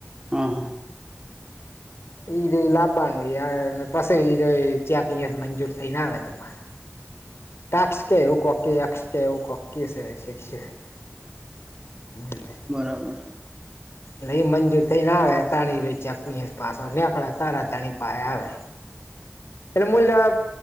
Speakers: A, on the right; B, on the left.
A: હા હા.
B: ઈ ર લાવવાનું પછી ઈ ર ચેક મંજૂર થઈને આવે તમારે. ટાકસ કે એવું ટેક્સ એવું કોક કેવું કો શ. <unintelligible>
A: બરાબર.
B: ન એ મંજૂર થઈને આવે તણી જો ચકી પાસો નેકડા તારા તણી પાસે આવે. એટલે મૂલ્ય